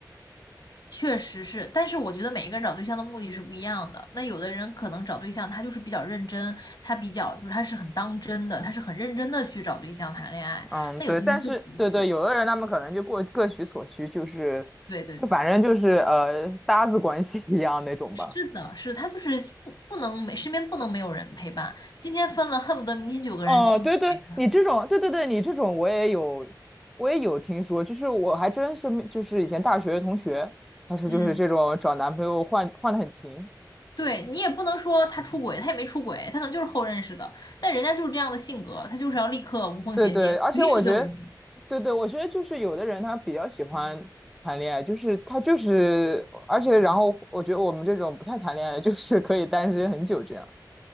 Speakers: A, on the left (about 65°); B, in the centre.
A: 确实是，但是我觉得每一个人找对象的目的是不一样的。那有的人可能找对象，他就是比较认真，他比较就是他是很当真的，他是很认真的去找对象谈恋爱。
B: 嗯，
A: 但有的人就不是。
B: 对，但是对对，有的人他们可能就过各取所需，就是就反正就是呃搭子关系一样那种吧。
A: 对对对，是的，是他就是不不能没身边不能没有人陪伴。今天分了，恨不得明天就有个人天天陪他。
B: 哦，对对，你这种，对对对，你这种我也有，我也有听说，就是我还真是没，就是以前大学的同学，他是就是这种找男朋友换换的很勤，
A: 嗯，对你也不能说他出轨，他也没出轨，他可能就是后认识的，但人家就是这样的性格，他就是要立刻无缝衔接，
B: 对对，而且我觉得，
A: 随时都有人陪。
B: 对对，我觉得就是有的人他比较喜欢谈恋爱，就是他就是，而且然后我觉得我们这种不太谈恋爱就是可以单身很久这样，